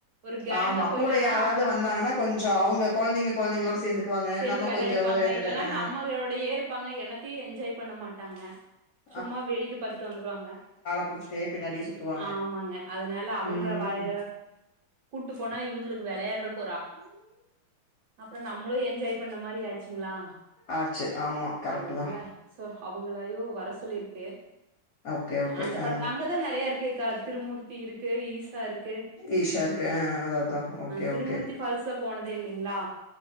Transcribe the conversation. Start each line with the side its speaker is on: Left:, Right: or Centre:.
Right: ஒரு கேங்கா
Left: ஆமா
Right: போயிட்டோனா
Left: கூட யாராவது
Right: அவ
Left: வந்தாங்கன்னா கொஞ்சோ அவங்க கொழந்தைங்க கொழந்தைங்களோட சேந்துக்குவாங்க
Right: சேந்து
Left: நம்ம
Right: வெளாடிப்பாங்க
Left: கொஞ்சோ என்டர்ட
Right: இல்லன்னா
Left: ஆ
Right: நம்மளோடையே இருப்பாங்க என்னத்தியு என்ஜாய் பண்ண மாட்டாங்க
Left: ஹ
Right: சும்மா வேடிக்க பாத்துட்டு வந்துருவாங்க
Left: புடிச்சிட்டே பின்னாடியே சுத்துவாங்க
Right: ஆமாங்க அதனால அவங்க
Left: ம்
Right: வாய கூட்டு போனா இவுங்களுக்கு வெளையாடறக்கு ஒரு ஆ
Left: உம்
Right: அப்றோ நம்மளு என்ஜாய் பண்ண மாறி ஆச்சிங்ளா
Left: ஆச்சு ஆமா கரெக்ட்டு
Right: அதனால
Left: தா
Right: சோ அவங்களயு வர சொல்லியிருக்கு
Left: ஓகே ஓகே
Right: அந்த
Left: ஆ
Right: படத்த அங்க நறைய இருக்கேக்கா திருமூர் த்தி இருக்கு ஈசா இருக்கு
Left: ஈஷா இருக்கு ஆ அதா அதா ஓகே
Right: திருமூர்த்தி
Left: ஓகே
Right: ஃபால்ஸ்சப் போனதே இல்லைங்ளா